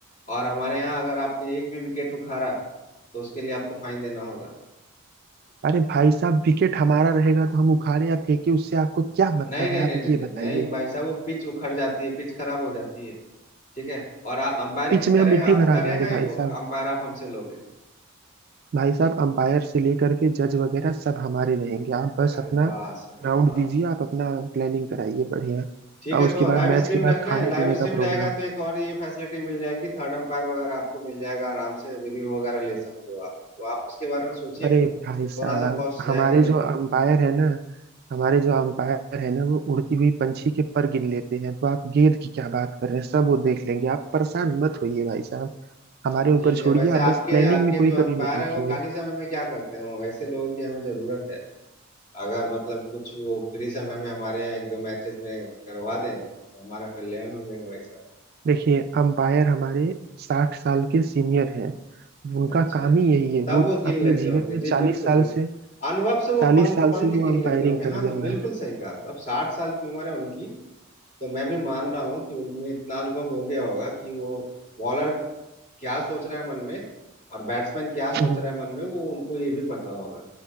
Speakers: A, on the left; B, on the right.
A: और हमारे यहाँ अगर आपने एक भी विकेट उखाड़ा तो उसके लिए आपको फाइन देना होगा
B: अरे भाई साहब विकेट हमारा रहेगा तो हम उखाड़े या फेंके उससे आपको क्या मतलब
A: नहीं नहीं
B: है आप
A: नहीं नहीं
B: ये
A: नहीं नहीं
B: बताइए
A: भाई साहब वो पिच उखड़ जाती है पिच खराब हो जाती है ठीक है और आ, अंपायर
B: पिच
A: किसका
B: में हम
A: रहेगा
B: मिट्टी
A: आपका
B: भरा
A: रहेगा
B: देंगे
A: या
B: भाई
A: वो
B: साहब
A: अंपायर आप हमसे लोगे
B: भाई साहब अंपायर से लेकर के जज वगैरह सब हमारे रहेंगे आप बस
A: अरे
B: अपना
A: वाह सर
B: राउंड
A: वाह
B: दीजिए आप अपना प्लानिंग कराइए बढ़िया
A: ठीक है
B: और उसके
A: तो लाइव
B: बाद मैच
A: स्ट्रीम
B: के
A: रखना
B: बाद खाने
A: है लाइव
B: पीने
A: स्ट्रीम
B: का प्रोग्राम
A: रहेगा तो एक और ये फैसिलिटी मिल जाएगी थर्ड अंपायर वगैरह आपको मिल जाएगा आराम से रिव्यू वगैरह ले सकते हो आप तो आप उसके बारे में सोचिएगा
B: अरे भाई साहब
A: थोड़ा सा कॉस्ट जाएगा
B: हमारे जो
A: लेकिन
B: अंपायर है ना हमारे जो अंपायर है ना वो उड़ती हुई पंछी के पर गिन लेते हैं तो आप गेंद की क्या बात कर रहे हैं सब वो देख लेंगे आप परेशान मत होइए भाई साहब हमारे ऊपर
A: ठीक
B: छोड़िए
A: है वैसे
B: आप
A: आपके
B: बस प्लानिंग
A: आपके
B: में कोई
A: जो अंपायर
B: कमी मत रखिए
A: हैं वो खाली समय में क्या करते हैं वैसे लोगों की हमें जरूरत है अगर मतलब कुछ वो फ्री समय में हमारे यहाँ एक दो मैचेस में करवा दें तो हमारा कल्याण हो जाएगा भाई साहब
B: देखिए अंपायर हमारे साठ साल के सीनियर हैं उनका
A: अच्छा
B: काम
A: अच्छा
B: ही यही है
A: तब
B: वो
A: वो गिन
B: अपने
A: लेते
B: जीवन
A: होंगे
B: में
A: जी
B: चालीस
A: बिल्कुल
B: साल
A: बिल्कुल
B: से
A: अनुभव से वो
B: चालीस
A: पंख
B: साल
A: पंख
B: से वो
A: गिन
B: अंपायरिंग
A: लेते होंगे
B: कर
A: हाँ
B: रहे
A: जी
B: हैं
A: बिल्कुल सही कहा अब साठ साल की उम्र है उनकी तो मैं भी मान रहा हूँ कि उनमें इतना अनुभव हो गया होगा कि वो बॉलर क्या सोच रहा है मन में और बैट्समैन क्या सोच
B: यार <laughs>
A: रहा है मन में वो उनको ये भी पता होगा